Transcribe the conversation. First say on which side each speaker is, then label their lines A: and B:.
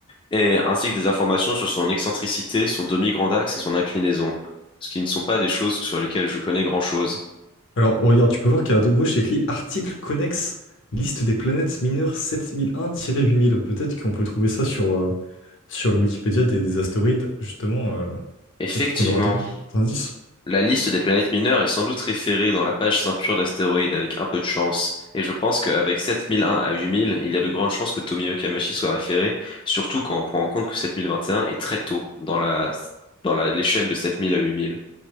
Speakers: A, on the left (about 25°); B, on the left (about 60°).
A: et ainsi que des informations sur son excentricité, son demi-grand axe et son inclinaison, ce qui ne sont pas des choses sur lesquelles je connais grand-chose.
B: Alors, oh, regarde, tu peux voir qu'à droite gauche, c'est écrit article connexe, liste des planètes mineures 7001-8000. Peut-être qu'on peut trouver ça sur, euh, Sur le Wikipédia des, des astéroïdes, justement, euh,
A: Effectivement.
B: peut-être qu'on aura d'autres indices.
A: La liste des planètes mineures est sans doute référée dans la page ceinture d'astéroïdes avec un peu de chance, et je pense qu'avec 7001 à 8000, il y a de grandes chances que Tomie Kamachi soit référé, surtout quand on prend en compte que 7021 est très tôt dans la, dans la- l'échelle de 7000 à 8000.